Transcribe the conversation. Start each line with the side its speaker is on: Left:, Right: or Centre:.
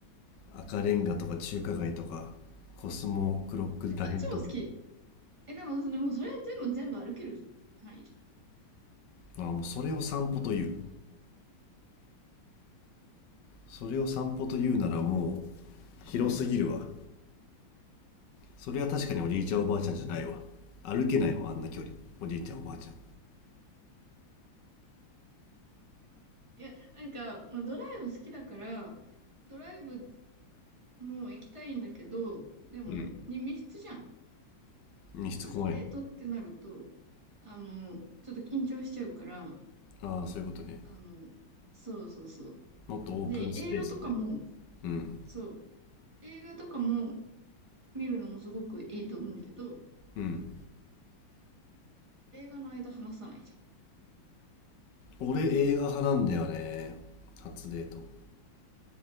Left: 赤レンガとか中華街とかコスモクロックらへんとか
Right: え、そっちも好き。え、でも、それ、もうそれは全部、全部歩ける範囲じ
Left: あもうそれを散歩というそれを散歩というならもう広すぎるわそれは確かにおじいちゃんおばあちゃんじゃないわ歩けないもんあんな距離おじいちゃんおばあちゃ
Right: ゃん。いや、なんか、まあ、ドライブ好きだから、ドライブも行きたいんだけど、でも、
Left: んう
Right: に密室じゃん。
Left: んしつこい
Right: 初デートってなると、あの、ちょっと緊張しちゃうから、
Left: のああそういうことね
Right: あの、そうそうそう。
Left: もっとオープンスペースで
Right: で、映画とかも、
Left: うん
Right: そう、映画とかも見るのもすごくいいと思うけど、
Left: うん
Right: 映画の間話さないじ
Left: 俺映画派なんだよね初デート